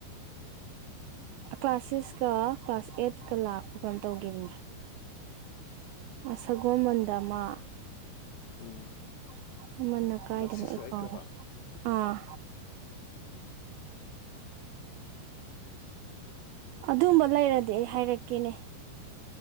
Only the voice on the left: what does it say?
ꯎꯝ
ꯀ꯭ꯂꯥꯁ ꯁꯤꯛꯁꯀ
ꯑꯩꯠꯀꯕ